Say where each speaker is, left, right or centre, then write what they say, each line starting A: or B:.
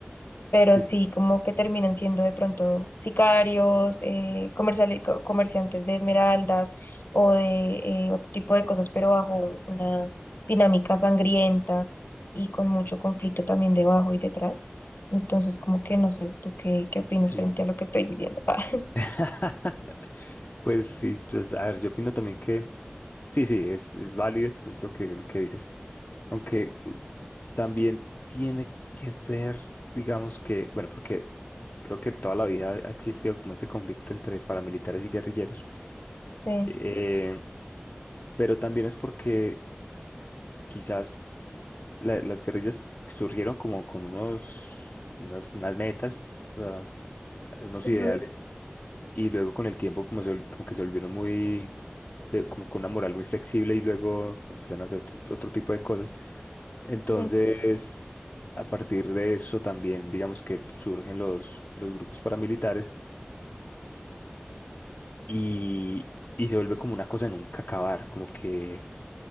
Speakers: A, on the left; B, on the left.
A: pero
B: Sí.
A: sí como que terminan siendo de pronto sicarios, eh, comerciali- co- comerciantes de esmeraldas o de eh, otro tipo de cosas, pero bajo una dinámica sangrienta y con mucho conflicto también debajo y detrás. Entonces, como que no sé, ¿tú qué, qué opinas
B: Sí.
A: frente a lo que estoy diciendo? <laughs>
B: <laughs> Pues sí, pues a ver, yo opino también que sí, sí, es, es válido, pues lo que, lo que dices, aunque uh, también tiene que ver, digamos que, bueno, porque creo que toda la vida ha existido como este conflicto entre paramilitares y guerrilleros,
A: Sí,
B: eh, pero también es porque quizás la- las guerrillas surgieron como con unos, unas, unas metas, o sea, unos
A: ujú,
B: ideales, y luego con el tiempo como, se vol- como que se volvieron muy de- como con una moral muy flexible y luego empezaron a hacer otro, otro tipo de cosas. Entonces,
A: sí,
B: a partir de eso también, digamos que surgen los, los grupos paramilitares y, y se vuelve como una cosa de nunca acabar, como que,